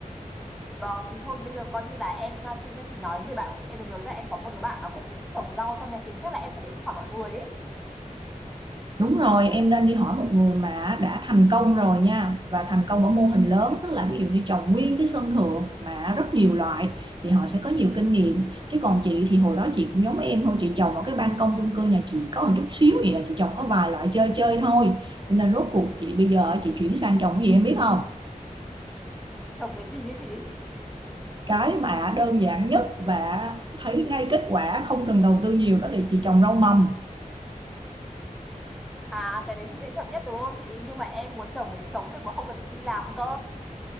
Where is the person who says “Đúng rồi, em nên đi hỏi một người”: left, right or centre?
Right